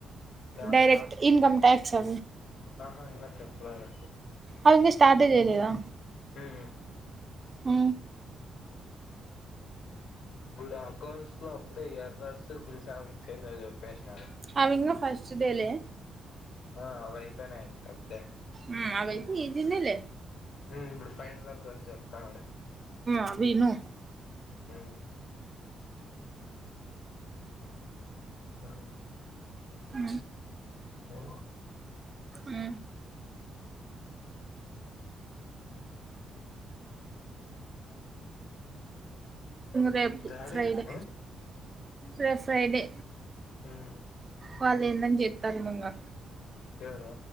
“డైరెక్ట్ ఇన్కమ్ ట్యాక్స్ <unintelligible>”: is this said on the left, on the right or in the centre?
Right